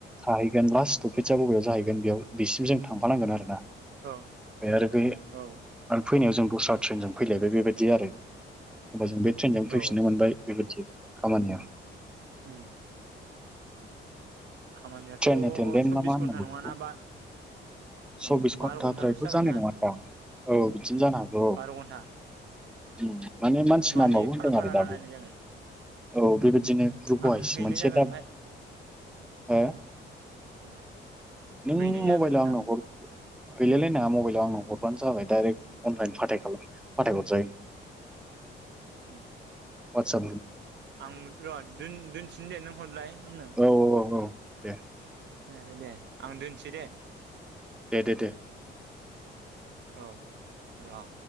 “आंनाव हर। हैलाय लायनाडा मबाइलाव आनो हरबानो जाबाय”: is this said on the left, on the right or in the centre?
Centre